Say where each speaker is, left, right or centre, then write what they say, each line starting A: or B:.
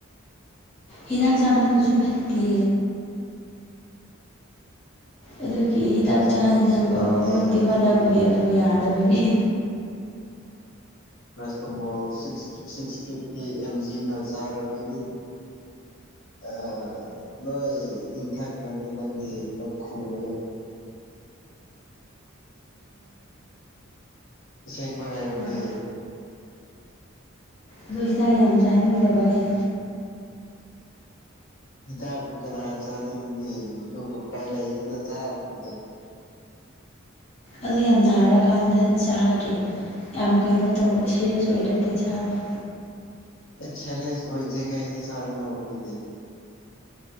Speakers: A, on the left (about 30°); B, on the left (about 65°).
A: ꯍꯤꯗꯥꯛ ꯆꯥꯃꯜꯂꯁꯨ ꯐꯠꯇꯦ ꯑꯗꯨꯒꯤ ꯍꯤꯗꯥꯛ
B: ꯆꯥꯕꯗꯨꯁꯨ
A: ꯆꯥꯗꯅꯕꯗꯤ
B: ꯐꯠꯇꯦ ꯑꯗꯨꯕꯨ
A: ꯍꯣꯠꯅꯕꯅꯦ ꯑꯗꯣ ꯌꯥꯗꯕꯒꯤ
B: ꯦꯁꯇꯝꯕꯣꯜ ꯁꯤꯛ ꯁꯤꯛꯁ ꯐꯤꯐꯇꯤ ꯑꯦꯝ ꯖꯤꯗ ꯆꯥꯏꯔ ꯑꯗꯨꯗꯤ ꯑꯥꯏ ꯅꯣꯏ ꯏꯟꯊꯛꯗ꯭ꯔꯗꯤ ꯈꯪꯗꯦ ꯂꯣꯛ ꯈꯨꯕꯗꯣ ꯑꯁꯦꯡꯕ ꯍꯥꯏꯕꯗꯤ
A: ꯍꯣꯏ ꯑꯗꯣ ꯍꯤꯗꯥꯛ ꯌꯥꯝ ꯆꯥꯅꯤꯡꯗꯕ ꯑꯩ
B: ꯍꯤꯗꯥꯛꯕꯨ ꯀꯅꯥ ꯆꯥꯅꯤꯡꯅꯤ ꯑꯗꯨꯕꯨ ꯎꯄꯥꯏ ꯂꯩꯇꯅ ꯆꯥꯕꯗꯨꯗ
A: ꯑꯗꯣ ꯌꯥꯝ ꯅꯥꯔꯀꯥꯟꯗ ꯆꯥꯒꯦ ꯌꯥꯝ ꯀꯩꯅꯣ ꯇꯧ ꯁꯦꯔꯦꯁ ꯑꯣꯏꯗ꯭ꯔꯗꯤ ꯆꯥꯔꯣꯏ
B: ꯑꯦꯛ ꯁꯦꯔꯦꯁ ꯑꯣꯏꯗꯔꯤꯉꯩꯗ ꯋꯥꯒꯗꯕ ꯅꯤꯅꯦ